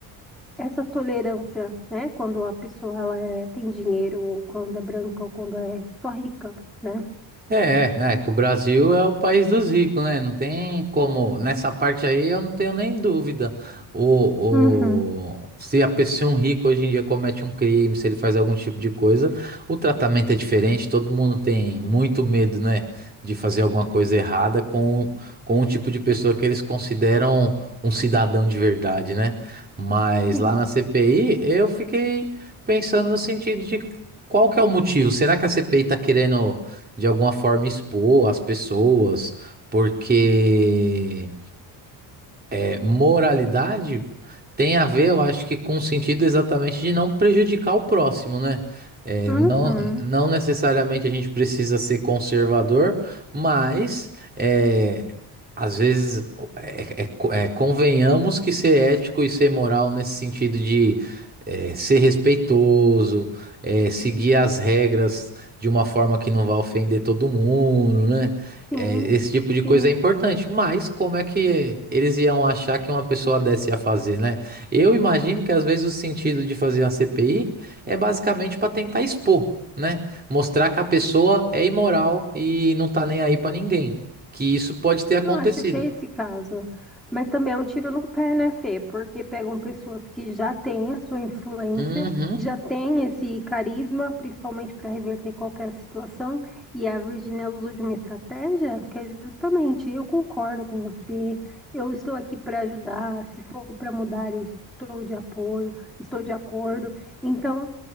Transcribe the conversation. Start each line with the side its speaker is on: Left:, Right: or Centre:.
Centre: essa tolerância, né? Quando a pessoa ela é- tem dinheiro, ou quando é branca, ou quando é só rica, né?
Right: É, é, é, que o Brasil é o país dos ricos, né? Não tem como. Nessa parte aí eu não tenho nem dúvida. O,
Centre: Uhum,
Right: o, se a pessoa, um rico hoje em dia comete um crime, se ele faz algum tipo de coisa, o tratamento é diferente. Todo mundo tem muito medo, né? De fazer alguma coisa errada com, com o tipo de pessoa que eles consideram um cidadão de verdade, né? Mas
Centre: sim.
Right: lá na CPI eu fiquei pensando no sentido de qual que é o motivo? Será que a CPI está querendo de alguma forma expor as pessoas, porque é, moralidade tem a ver, eu acho que com o sentido exatamente de não prejudicar o próximo, né? É,
Centre: Uhum.
Right: não, não necessariamente a gente precisa ser conservador, mas é, às vezes é, é, co- é, convenhamos que ser ético e ser moral nesse sentido de é, ser respeitoso, é, seguir as regras de uma forma que não vá ofender todo mundo, né?
Centre: Sim,
Right: É, esse tipo de coisa
Centre: sim.
Right: é importante, mas como é que eles iam achar que uma pessoa dessa ia fazer, né? Eu imagino que às vezes o sentido de fazer uma CPI é basicamente para tentar expor, né? Mostrar que a pessoa é imoral e não tá nem aí para ninguém, que isso pode ter acontecido.
Centre: Eu acho que é esse caso. Mas também é um tiro no pé, né, Fê? Porque pegam pessoas que já têm a sua influência,
Right: Uhum,
Centre: já têm esse carisma, principalmente para reverter qualquer situação, e a Virginia usou de uma estratégia que é justamente, eu concordo com você, eu estou aqui para ajudar, se for para mudar, eu estou de apoio, estou de acordo. Então,